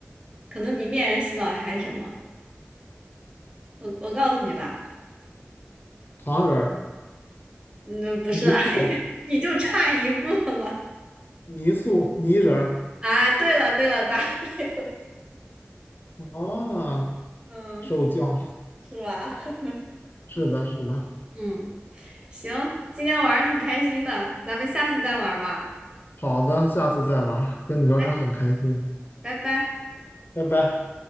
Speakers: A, on the right; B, on the left.
A: 可能比面人洗澡还什么。我我告诉你吧，
B: 糖人儿、
A: 嗯，不是啊
B: 泥塑、
A: <laughs> 你就差一步了。
B: 泥塑、泥人儿
A: 啊，对了对了，答对，
B: 啊，
A: 嗯，
B: 受教。
A: 是吧？<laughs>
B: 是的，是的。
A: 嗯，行，今天玩儿挺开心的，咱们下次再玩儿吧。
B: 好的，下次再玩儿，跟你聊天很开心，
A: 哎，拜拜。
B: 拜拜。